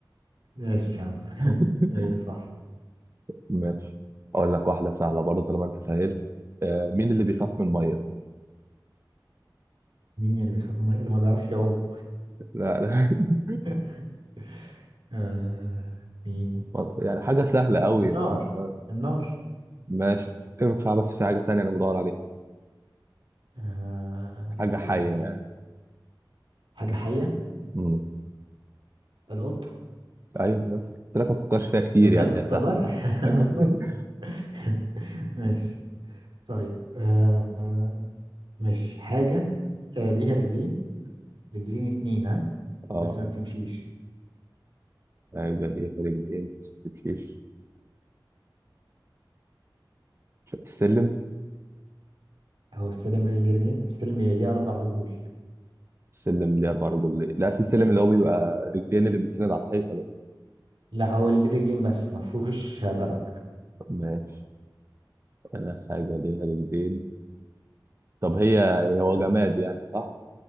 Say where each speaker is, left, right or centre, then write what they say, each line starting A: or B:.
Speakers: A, on the right; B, on the right.
A: ماشي يا عم <laughs>
B: <laughs>
A: ايه صح
B: ماشي أقول لك واحدة سهلة برضه طالما أنت سهلت آه، مين اللي بيخاف من المية؟
A: مين اللي بيخاف من المية اللي ما بيعرفش يعوم
B: لا لا <laughs>
A: <laughs> آه مين
B: ما ت- يعني حاجة سهلة قوي
A: النار
B: ما- ما-
A: النار
B: ماشي تنفع بس في حاجة تانية أنا بدور عليها
A: آه
B: حاجة
A: حاجة
B: حية
A: تانية
B: يعني
A: حاجة حية
B: مم.
A: القط
B: أيوه بس قلت لك ما تفكرش فيها كتير
A: بجد
B: يعني هي سهلة
A: والله <laughs>
B: <laughs>
A: أصلا <laughs> ماشي طيب آه مش حاجة آه ليها رجلين رجلين اتنين ها
B: اه
A: بس ما بتمشيش
B: رجل إيه رجل إيه ما تمشيش السلم
A: هو السلم اللي ليه رجلين السلم اللي ليه أربع رجول
B: السلم ليه أربع رجل لا في سلم اللي هو بيبقى رجلين اللي بيتسند على الحيطة ده
A: لا هو اللي ليه رجلين بس ما فيهوش درج
B: ماشي آه، حاجة ليها رجلين طب هي هو جماد يعني صح؟